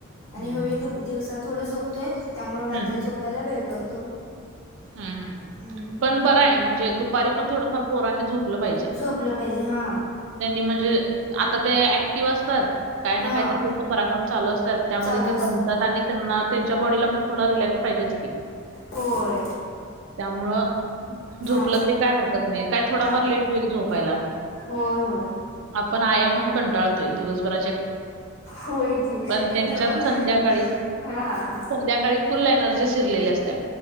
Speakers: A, on the left; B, on the right.
A: आणि
B: हं,
A: होळी दिवसात थोड झोपतोय त्यामुळे
B: हं.
A: रात्री झोपायला वेळ करतो
B: हम् हम
A: हम्म
B: पण बर आहे म्हणजे दुपारी पण थोडंफार पोरांनी झोपलं पाहिजे
A: झोपलं पाहिजे हा
B: त्यांनी म्हणजे आता ते ऍक्टिव्ह असतात काय
A: हा.
B: ना काय तर त्यांचा पराक्रम चालू असतात त्यामध्ये
A: चालू
B: ते
A: असतो
B: दमतात
A: हो
B: आणि त्यांना त्यांच्या बॉडीला पण थोडा रिलॅक्स पाहिजेत की
A: होय
B: त्यामुळं
A: हा
B: झोपलं तरी काय हरकत नाही काय थोडाफार
A: हरकत
B: लेट
A: नाही
B: होईल झोपायला
A: होय होय
B: आपण आयाहून कंटाळतोय दिवसभरा
A: होय की
B: प
A: ते
B: त्यांच्यात
A: तर मुलं
B: संध्याकाळीध्या
A: हा
B: काळी फुल एनर्जी शिरलेली असत्या